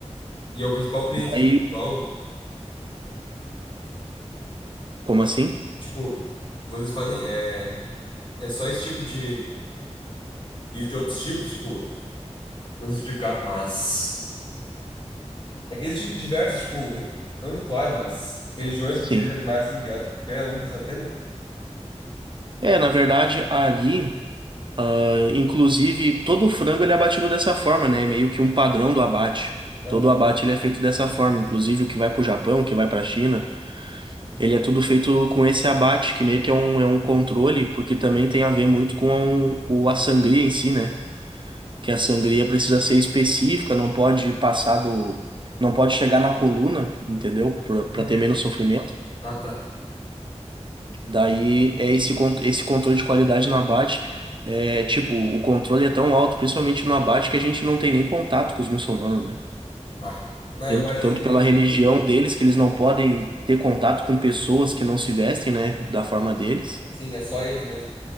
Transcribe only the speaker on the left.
E é o principal cliente, sim.
Principal,
tipo, vocês fazem. É, é só esse tipo de. Existem outros tipos, tipo, não sei explicar, mas. É que existem diversos, tipo, ri- não rituais, mas religiões que
utilizam animais assim, tá ligado? Tem algum que vocês atendem?
Aham.
Por
quê?
Ah, tá.
Ah, não,
eu imagino
que
tem.
Sim, é só eles mesmo.